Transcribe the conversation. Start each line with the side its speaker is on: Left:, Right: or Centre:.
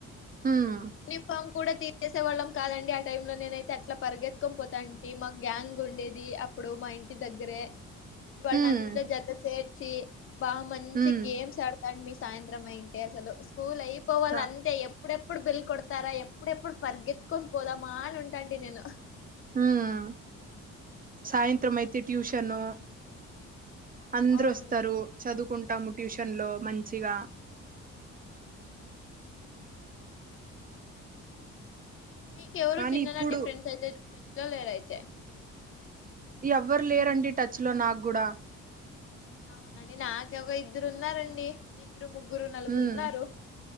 Right: హ్మ్
Left: యూనిఫామ్ కూడా తీనేసేవాళ్ళం కాదండి ఆ టైమ్ లో నేనైతే అట్లా పరిగెత్తుకొ పోతాంటి మాకు గ్యాంగ్ ఉండేది అ ప్పుడు మా ఇంటి దగ్గరే వాళ్ళన
Right: హ్మ్
Left: అంతా జత చేర్చి బా మంచి
Right: హ్మ్
Left: గేమ్స్ ఆడ తం మీ సాయంత్రం అయింటే అసలు స్కూల్ అయిపోవాలి
Right: ఆ
Left: అంతే ఎ ఎప్పుడెప్పుడు బెల్ కొడతారా ఎప్పుడెప్పుడు పరిగెత్తుకొని పోదామా అని ఉంటంటి నేను
Right: హ్మ్ సాయంత్ర అయితే ట్యూషను అందరు
Left: అవును
Right: వస్తారు చదువుకుంటాము ట్యూషన్ లో మంచిగా
Left: మీకెవరు
Right: కానీ
Left: చిన్ననాటి
Right: ఇప్పుడు
Left: ఫ్రెండ్స్ అయితే టచ్ లో లేరు అయితే
Right: ఎవ్వరు లేరండి టచ్ లో నాకూడా
Left: అవునండి నాకు ఎవరో ఇద్దరు ఉన్నారండి ఇద్దరు ముగ్గురు నలుగురు
Right: ఉమ్
Left: ఉన్నారు